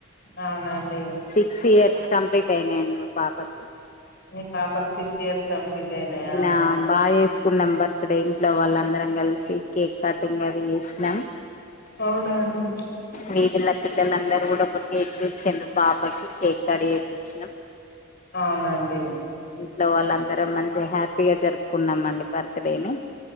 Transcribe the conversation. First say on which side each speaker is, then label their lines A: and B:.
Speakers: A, on the left; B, on the left.
A: అవునండి
B: సిక్స్ ఇయర్స్ కంప్లీట్ అత్తేనే మ పాప కి
A: మీ పాపకి సిక్స్ ఇయర్స్ కంప్లీట్ అయినాయా
B: నిన్న బాగా చేస్తుకున్నం బర్ ఇక్కడ ఇంట్లో వాళ్ళందరం కలిసి కేక్ కటింగ్ అది చేసినాం
A: అవునండి
B: వీధిల పిల్లలందరూ కూడా ఒక కేక్ తెచ్చిండ్రు పాపకి కేక్ కడు చెయ్ పిచ్చినం
A: అవునండి
B: ఇంట్లో వాళ్ళందరం మంచిగా హ్యాప్ పీగా జరుపుకున్నామండి బర్త్ డే ని